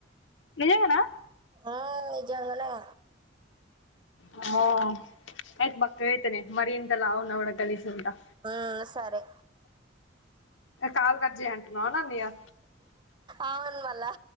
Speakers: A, on the left; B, on the right.
A: నీజాంగానా
B: ఆ నిజంగానే గా
A: అమ్మో ఆయిత్ బక్క గైతనే మరి ఇంత లావున్న కూడా గాలిజ్ ఉంటా
B: ఆ సరే
A: కాల్ కట్ చేయి అంటున్నావ నన్నిగా
B: అవున్మళ